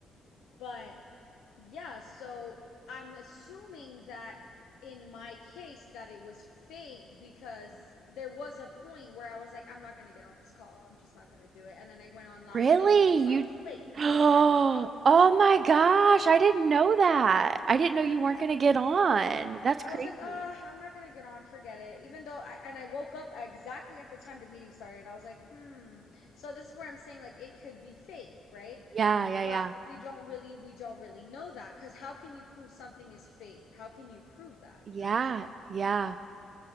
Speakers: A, on the left; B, on the right.
A: But yeah, so I'm assuming that in my case that it was fate because there was a point where I was like, I'm not gonna get on this call. I'm just not gonna do it. And then I went on last
B: Really?
A: minute. That's
B: You
A: why I was late.
B: <gasps> Oh,
A: That's why I was late.
B: oh my gosh, I didn't know that. I didn't know you
A: hmm
B: weren't gonna get on. That's
A: I
B: crazy.
A: was like, uh, I'm not gonna get on, forget it. Even though I and I woke up exactly at the time the meeting started. I was like, hmm. So this is where I'm saying like it could be fate, right?
B: Yeah, yeah,
A: But
B: yeah.
A: we don't really we don't really know that because how can you prove something is fate? How can you prove that?
B: Yeah,
A: You know what I'm saying?
B: yeah.